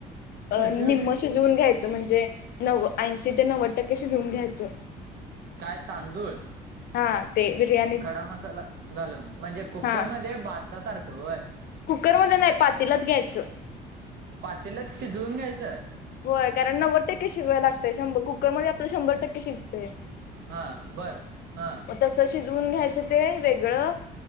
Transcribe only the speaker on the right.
कशात
काय, तांदूळ?
खडा मसाला घालून, म्हणजे कुकरमध्ये
भाता सारखं होय.
पातेल्यात शिजवून घ्यायचं?
हां, बरं हां.